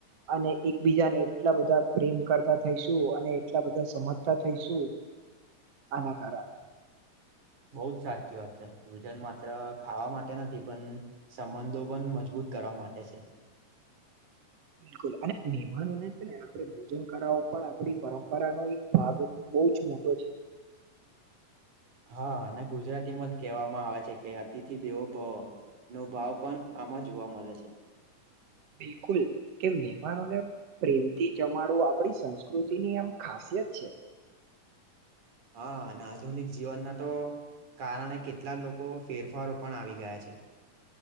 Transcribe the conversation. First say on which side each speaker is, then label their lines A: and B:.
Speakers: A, on the right; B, on the right.
A: અને એકબીજાને એટલા બધા પ્રેમ કરતા થઈશું અને એટલા બધા સમજતા થઈશું. આને કારણે
B: બઉ જ સાચી વાત છે ભોજન માત્ર ખાવા માટે નથી પન સંબંધો પન મજબૂત કરવા માટે છે.
A: બિલકુલ અને મહેમાનોને છે ને આપણે ભોજન કરાવો પણ આપડી પરંપરાનો એક ભાગ બોઉ જ મોટો છે.
B: હા અને ગુજરાતીમાં જ કેહવામાં આવે છે કે અતિથિ દેવો ભવ. નો ભાવ પન આમાં જોવા મલે છે.
A: બિલકુલ કે મહેમાનોને પ્રેમથી જમાડવો આપ પડી સંસ્કૃતિની આમ ખાસિયત છે.
B: હા અને આધુનિક જીવનના તો કારણે કેટલા લોકો ફેરફારો પણ આવી ગયા છે.